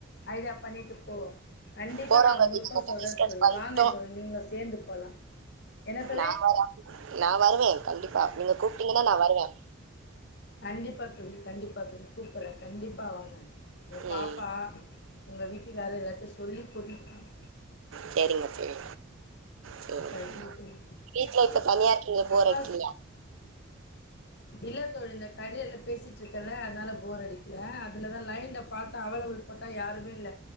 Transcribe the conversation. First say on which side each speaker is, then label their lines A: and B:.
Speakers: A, on the left; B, on the right.
A: ஐடியா பண்ணிட்டு போவோம் கண்டிப்பா
B: போகிறவங்க
A: நான் உங்களுக்கும்
B: கிட்ட மட்டும்
A: சொல்றேன்
B: டிஸ்கஸ்
A: தோழி
B: பண்ணிட்டோம்
A: வாங்க தோழி நீங்க சேர்ந்து போலாம் என்ன தோழி
B: நான் வர நான் வருவேன் கண்டிப்பா நீங்க கூப்பிட்டீங்கன்னா நான் வருவேன்
A: கண்டிப்பா தோழி கண்டிப்பா தோழி கூப்பறேன் கண்டிப்பா வாங்க உங்க பாப்பா
B: ம்
A: உங்கள் வீட்டுக்காரு எல்லார்ட்டையும் சொல்லி கூட்டிட்டு வாங்க
B: சேரிங்க தோழி சேரி
A: சரிங்க தோழி
B: வீட்ல இப்ப தனியா இருக்கீங்க போர்
A: அப்புறம்
B: அடிக்கலயா
A: இல்ல தோழி இந்த கரியால பேசிட்டு இருக்கல அதனால போர் அடி ஏ அதுலதான் லைன்ல பார்த்தா அவைலபிள் போட்டா யாருமே இல்ல